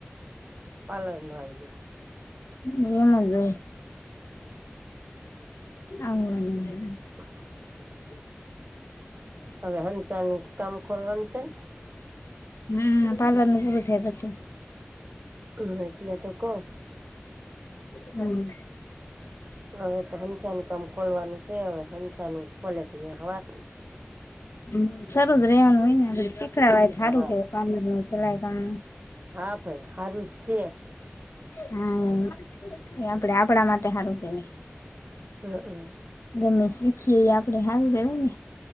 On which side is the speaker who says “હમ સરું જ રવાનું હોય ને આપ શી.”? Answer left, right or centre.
Left